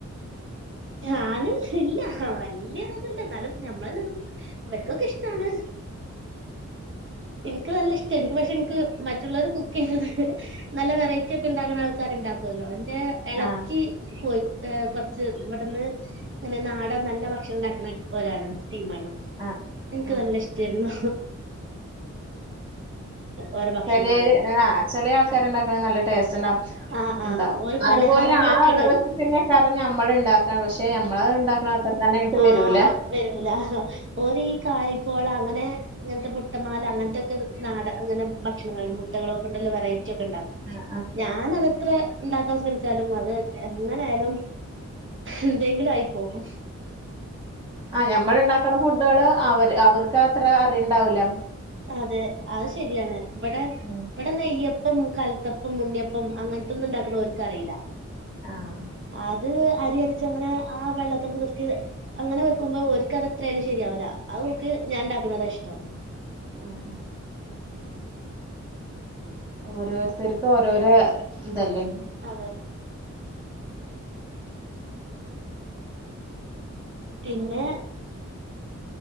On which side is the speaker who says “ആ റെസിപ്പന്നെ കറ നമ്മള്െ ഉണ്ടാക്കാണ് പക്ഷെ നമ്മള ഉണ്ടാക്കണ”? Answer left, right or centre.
Right